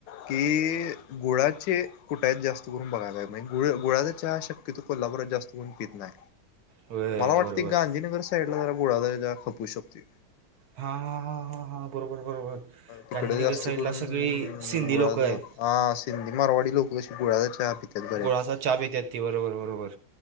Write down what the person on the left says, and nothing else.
की, गुळाचे कुठायत जास्त बघाय पायजे, गुळ गुळाचा चहा शक्यतो कोल्हापुरात जास्त कोण पित नाय.
मला वाटतंय
गांधीनगर साईडला जरा गुळाचा जरा खप होऊ शकतोय.
तिकडे
जास्त
करून,
गुळाचा
हा सिंधी मारवाडी लोकं कशी गुळाचा चहा पितात